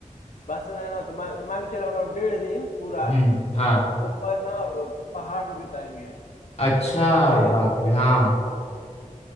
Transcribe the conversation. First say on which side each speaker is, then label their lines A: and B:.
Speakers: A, on the left (about 65°); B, on the left (about 50°).
A: बस सुना है ना तो मांग मांग चलो हम लोग डेढ़ दिन पूरा
B: हम्म हाँ
A: ऊपर ना पहाड़ पे बिताएंगे
B: अच्छा
A: समझे
B: बाप रे हाँ